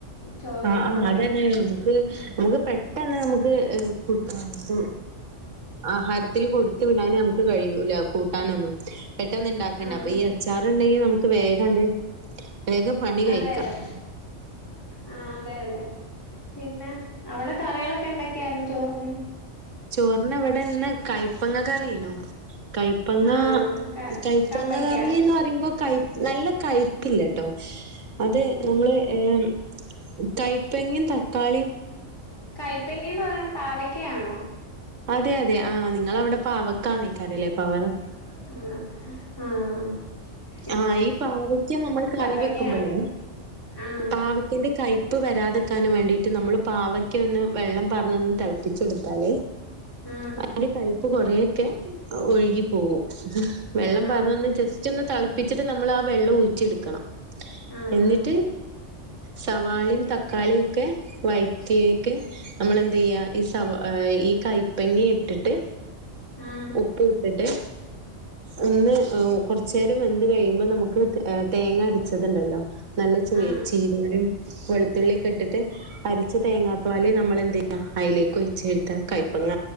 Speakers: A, on the left; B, on the right.
A: ചോറിന്റെ
B: ആഹ് ആഹ്
A: കൂടെ
B: അതന്നെ
A: കഴിക്കാനൊക്കെ
B: നമുക്ക് നമുക്ക് പെട്ടെന്ന് നമുക്ക് കൊടുക കൊടു ആഹാരത്തിൽ കൊടുത്തു വിടാന് നമുക്ക് കഴിയൂല കൂട്ടാനൊന്നും. പെട്ടെന്ന് ഇണ്ടാക്കണ്ടെ
A: ആഹ്
B: അപ്പൊ ഈ അച്ചാർ ഉണ്ടെങ്കി നമുക്ക് വേഗണ്ട്. വേഗം പണി കഴിക്കാം
A: അതെ അതെ. ആഹ് അതെ അതെ പിന്നെ അവിടെ കറികളൊക്കെ എന്തൊക്കെയാരുന്നു ചോറിന്?
B: ചോറിനു ഇവിടെന്ന് കായ്പങ്ങ കറിയെനൂ. കയപ്പങ്ങ
A: ആ ക
B: കയപ്പങ്ങ
A: കപ്പക്ക
B: കറീന്ന് പറയുമ്പോ കൈ നല്ല കയിപ്പില്ലട്ടോ അത്
A: ഉം
B: നമ്മള് ഏമ് കൈപ്പങ്ങെ തക്കാളീം
A: കൈപ്പങ്ങിന്ന് പറയുന്ന പാവക്കആണോ?
B: അതെ അതെ ആ നിങ്ങളവിടെ പാവക്കാ നേക്കാണല്ലേ പറണ്.
A: ആഹ് ആഹ് ആഹ് ആഹ്
B: ആ ഈ പാവക്ക നമ്മൾ കറി
A: കപ്പക്കയാണ്
B: വെക്കുമ്പള്
A: ആ
B: പാവ ഇന്റെ കൈപ്പ് വരാതെക്കാന് വേണ്ടിട്ട് നമ്മള് പാവക്ക ഒന്ന് വെള്ളം പാർന്നൊന്നു ഒന്ന് തിളപ്പിച്ചെടുത്താതി
A: ആ
B: അതിന്റെ കൈപ്പ് കൊറേ ഒക്കെ ഒഴുകി പോകും വെള്ളം
A: ആ
B: പാർന്നൊന്നു ജസ്റ്റ് ഒന്ന് തെളപ്പിച്ചിട്ട് നമ്മൾ ആ വെള്ളം ഊറ്റി എടുക്കണം
A: ആ
B: എന്നിട്ട്
A: ആ
B: സവാളേംതക്കാളിയൊക്കെ വഴറ്റിയേക്ക് നമ്മളെന്ത ചെയ്യാ ഈ സവ ഈ കൈപ്പങ്ങ ഇട്ടിട്ട്
A: ആ
B: ഉപ്പുവിട്ടിട്ട് ഒന്ന് കൊറച്ചേരം വെന്ത് കഴിയുമ്പ നമുക്ക് തേങ്ങ അരിച്ചതുണ്ടല്ലോ നല്ല <unintelligible>
A: ആ
B: വെളുത്തുള്ളി ക്കെ ഇട്ടിട്ട് അരച്ച തേങ്ങാപ്പാല് നമ്മളെന്താ ചെയ്യാ അയ്ലേക്ക് ഒഴിച്ചെടുത്ത കയ്പങ്ങ